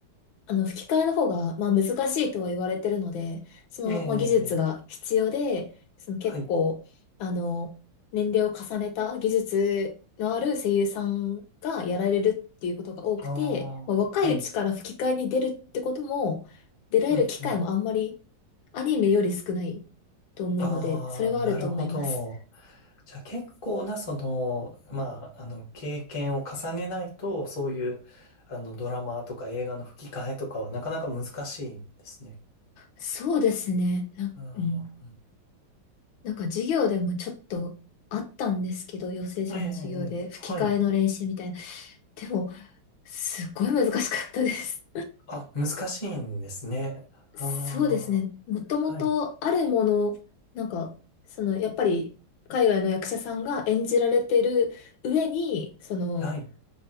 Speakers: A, on the left; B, on the left.
A: あの、吹き替えの方が、まあ、難しいとは言われてるので、その、
B: ええ、
A: まあ、技術が必要で、その結構、
B: はい。
A: あの、年齢を重ねた技術のある声優さんがやられるっていうことが多くて、
B: ああ、
A: まあ、若いうちから吹き替えに出るってことも、
B: はい。
A: 出られる機会もあんまり
B: うん、うん。
A: アニメより少ないと思うので、
B: ああ、
A: それはあると思います。
B: なるほど。じゃあ結構な、その、まあ、あの、経験を重ねないと、そういう、あの、ドラマとか映画の吹き替えとかはなかなか難しいんですね。
A: そうですね。なうん
B: うんうんう
A: なんか授業でもちょっとあったんですけど、養成所の授業で吹き替えの練習みたいな。
B: ん。ええ、ええ、はい。
A: でも、すっごい難しかったです。
B: あ、難しいんですね。あ
A: そうですね。もともとあるもの、
B: あ、はい。
A: なんか、その、やっぱり海外の役者さんが演じられてる上に、その、
B: はい。